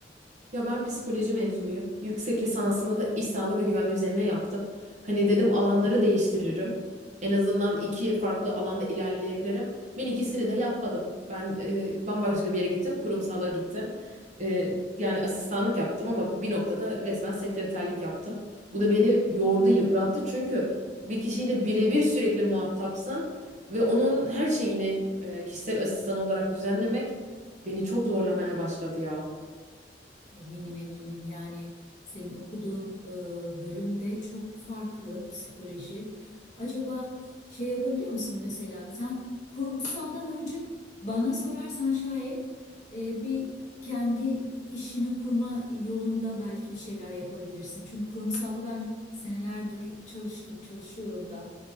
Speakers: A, on the right; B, on the left.
A: Ya ben psikoloji mezunuyum. Yüksek lisansımı da iş sağlığı ve güvenliği üzerine yaptım. Hani dedim alanları değiştiririm. En azından iki farklı alanda ilerleyebilirim. Ben ikisini de yapmadım. Ben e, bambaşka bir yere gittim. Kurumsala gittim. E, yani asistanlık yaptım ama bir noktada resmen sekreterlik yaptım. Bu da beni yordu, yıprattı. Çünkü bir kişiyle birebir sürekli muhatapsın ve onun her şeyini e, kişisel asistan olarak düzenlemek beni çok zorlamaya başladı ya.
B: Eminim eminim yani senin okuduğun e, bölümde çok farklı psikoloji. Acaba şey yapabiliyor musun mesela sen kurumsaldan önce bana sorarsan şayet e, bir kendi işini kurma yolunda belki bir şeyler yapabilirsin. Çünkü kurumsalda ben senelerdir çalıştım çalışıyorum da